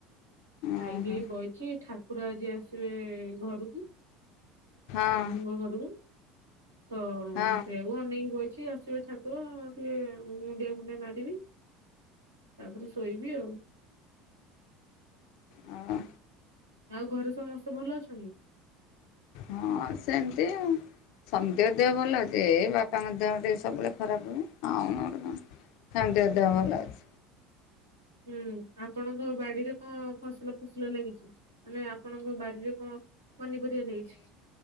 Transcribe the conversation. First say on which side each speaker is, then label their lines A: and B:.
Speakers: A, on the right; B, on the left.
A: ଖାଇକି
B: ଓହୋ
A: ହେଇ ବଇଛି। ଠାକୁର ଆଜି ଆସିବେ ଘରକୁ।
B: ହଁ
A: ମାମୁଁଙ୍କ ଘରକୁ। ତ
B: ହଁ
A: ସେଆକୁ ଅନେଇକି ବଇଛି, ଆସିବ ଠାକୁର ଆ ଟିକେ ମୁଣ୍ଡିଆ ଫୁଣ୍ଡିଆ ମାରିବି ତାପରେ ଶୋଇବି ଆଉ।
B: ହଁ
A: ଆଉ ଘରେ ସମସ୍ତେ ଭଲ ଅଛନ୍ତି?
B: ହଁ ସେମିତି ଆଉ। ସମିତିଙ୍କ ଦେହ ଭଲ ଅଛି ଏଇ ବାପାଙ୍କ ଦେହ ଟିକେ ସବୁବେଳେ ଖରାପ ହୁଏ ଆଉ ନହେଲେ କଣ। ସମସ୍ତିଙ୍କ
A: ହୁଁ
B: ଦେହ
A: ହଁ।
B: ଭଲ ଅଛି
A: ହୁଁ, ଆପଣଙ୍କ ବାଡ଼ିରେ କଣ ଫସଲ ଫୁସଲା ଲାଗିଛି? ମାନେ ଆପଣଙ୍କ ବାଡିରେ କଣ ପନିପରିବା ଲାଗିଛି?